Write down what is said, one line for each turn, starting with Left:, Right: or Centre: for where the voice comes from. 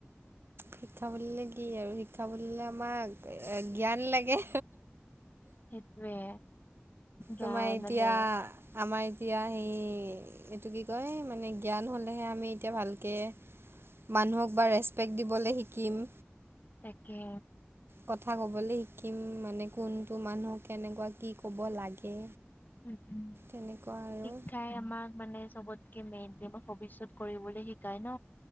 Right: শিক্ষা বুলিলে কি আৰু শিক্ষা বুলিলে আমাক এ জ্ঞান লাগে।
Left: সেইটোৱে। গান
Right: তোমাৰ এতিয়া।
Left: মানে
Right: আমাৰ এতিয়া সেই এইটো কি কয় মানে জ্ঞান হ'লেহে আমি এতিয়া ভালকে। মানুহক বা ৰেচপেক্ট দিবলে শিকিম।
Left: তাকে।
Right: কথা ক'বলে শিকিম মানে কোনটো মানুহ কেনেকুৱা কি ক'ব লাগে।
Left: উম উম
Right: তেনেকুৱা আৰু
Left: শিক্ষায়ে আমাক মানে চবত কেমেন কে ভৱিষ্যত কৰিবলে শিকাই ন